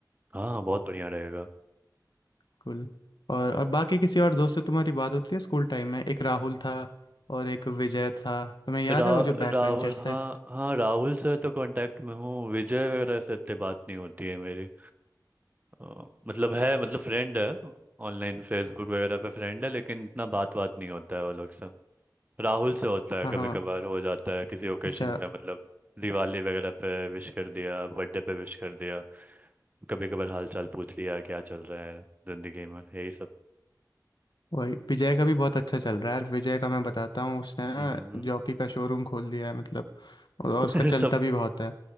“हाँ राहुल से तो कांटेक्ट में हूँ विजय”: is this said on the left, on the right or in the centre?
Right